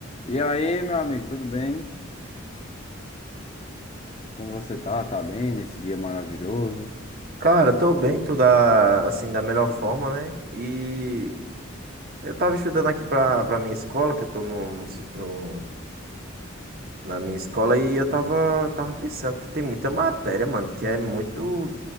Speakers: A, on the left; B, on the right.
A: E aí, meu amigo, tudo bem? Como você tá? Tá bem nesse dia maravilhoso?
B: Cara, tô bem, tô da, assim, da melhor forma, né? E eu tava estudando aqui pra, pra minha escola, que eu tô no, no, ci- no- na minha escola, e eu tava, tava pensando que tem muita matéria, mano, que é muito.